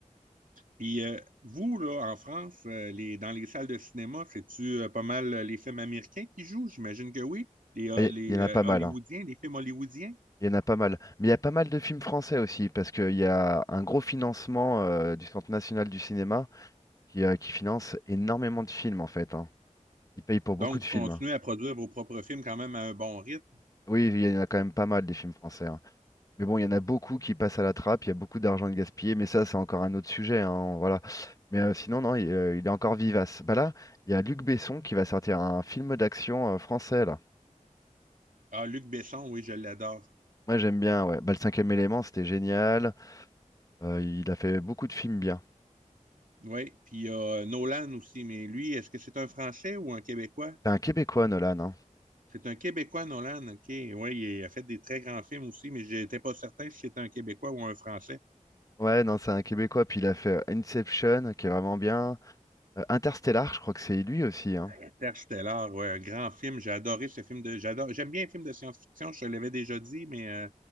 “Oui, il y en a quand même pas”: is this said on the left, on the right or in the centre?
Left